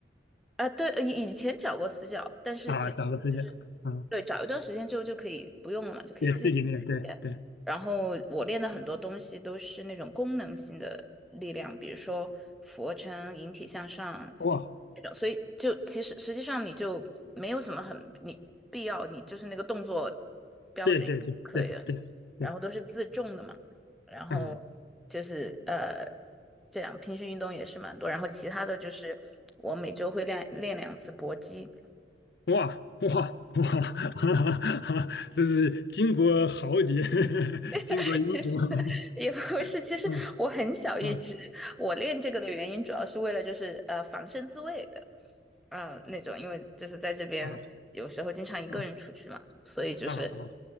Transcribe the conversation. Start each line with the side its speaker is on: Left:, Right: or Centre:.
Centre: 啊，对，呃以以前找过私教，但是其实就是
Left: 啊，找个私教，啊，
Centre: 对，找一段时间之后就可以不用了嘛，就可以自己练。
Left: 对自己练，对对，
Centre: 然后我练的很多东西都是那种功能性的力量，比如说俯卧撑、引体向上
Left: 哇，
Centre: 那种，所以就其实实际上你就没有什么很你必要，你就是那个动作标准可以了，
Left: 对对对对对对，
Centre: 然后都是自重的嘛。然后
Left: 嗯。
Centre: 就是呃，这样平时运动也是蛮多，然后其他的就是我每周会练练两次搏击，
Left: 哇哇哇！<laughs> 这是巾帼豪杰，<laughs> 巾帼英雄。
Centre: <laughs> 其实
Left: <laughs>
Centre: 也不是，其实我很小一只，
Left: 嗯嗯
Centre: 我练这个的原因主要是为了就是呃防身自卫的，嗯、那种，因为就是在这边有时候经常一个人出去嘛，
Left: 啊啊
Centre: 所以就是
Left: 啊啊